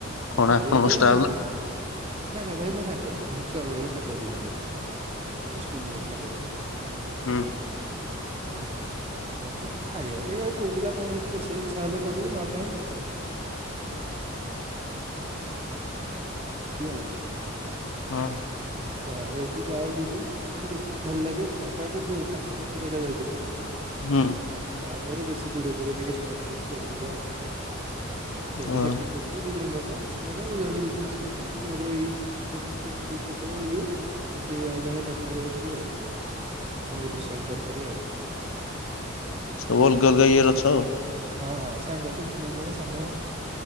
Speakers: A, on the left; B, on the right.
A: କଣ
B: ଆଉ ଖାଇବା
A: ଆପଣଙ୍କ
B: ପିଇବା
A: ଷ୍ଟାଫ
B: ଏମିତି
A: ନା
B: ନାଇଁ ନାଇଁ ଭାଇ ମୋ ସାଙ୍ଗ ଛୁଆ ବେଳର ସାଙ୍ଗ ଦି ଜଣ ଯାକ ମୋ ସ୍କୁଲ ମେଣ୍ଟସ୍। ସାଙ୍ଗ ଦିଜଣ
A: ହୁଁ।
B: ଆଜ୍ଞା ଏତି ଖାଇବା ପାଇଁ ଆଉ ପୁଅ ପିଲା କଣ ହେମିତି ରୋଷେଇ ଇଚ୍ଛା ହେଲେ କରିବୁ ନହେ <unintelligible> <inaudible>
A: ହଁ
B: ପ୍ରାୟ ଏତେ ଯାଅ ବୁଲି ମୁଁଦେଖିକି ଭଲ ଲାଗେ ଆଗ ଆଗ ପାଖ ପାାଖ ଜାଗା <unintelligible>
A: ହୁଁ
B: ତାପରେ ବେଶୀ ଦୂର ଦୂର ଟିକେ ଷ୍ଟାର୍ଟ କରୁଛୁ ଆଉ ଯିବା ଆଉ। ସେ ବି
A: ଅ
B: ଚାକିରି କରୁ ଦି ଜଣ ଯାକ ସେମାନେ ଜଣ ବିଜନେସ କରୁଚି ମୋର ଏଇନେ କୁ ଚାକିରି ଛୋଟ ଇଏ। ଆଉ ସେ ଆଉ ଜଣେ ଟାଟାରେ ଅଛି ଆଉ ଆମର ଏଇ ଭୂଷଣ ଟାଟା ରେ ଆଉ।
A: ସବୁ ଅଲଗା ଅଲଗା ଇଏ ରେ ଅଛ।
B: ହଁ ସାଙ୍ଗ ଥିଲୁ ତିନି ଜଣ ଯାକ ସାଙ୍ଗ।